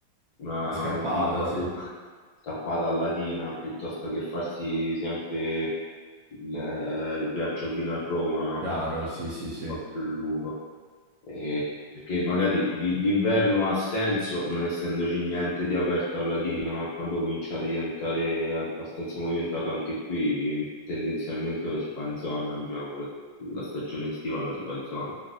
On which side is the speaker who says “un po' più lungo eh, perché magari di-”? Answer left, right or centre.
Left